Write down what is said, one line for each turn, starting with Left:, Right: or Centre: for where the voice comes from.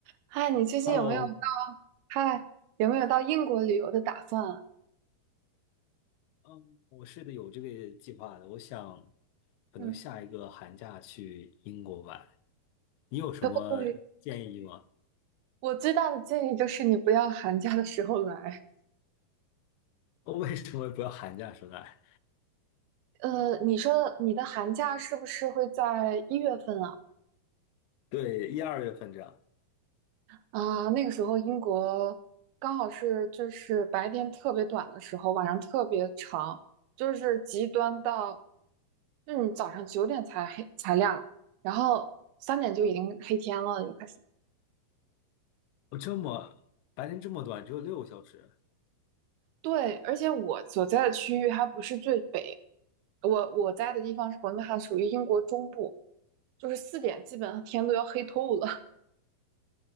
Right: 嗨，你最近有没有到
Left: Hello，
Right: 嗨有没有到英国旅游的打算啊？
Left: 嗯，我是的，有这个计划的。我想可能下一个寒假去英国玩，
Right: 嗯，
Left: 你有什么建议吗？
Right: 可不可以？我最大的建议就是你不要寒假的时候来。
Left: 我为什么不要寒假出来？
Right: 呃，你说的你的寒假是不是会在一月份啊？
Left: 对，一二月份这样。
Right: 啊，那个时候英国刚好是就是白天特别短的时候，晚上特别长，就是极端到，就是你早上九点才黑才亮，然后三点就已经黑天了，就开始。
Left: 我这么白天这么短，只有六个小时。
Right: 对，而且我所在的区域还不是最北，我我在的地方是伯明翰，属于英国中部，就是四点基本上天都要黑透了。<laughs>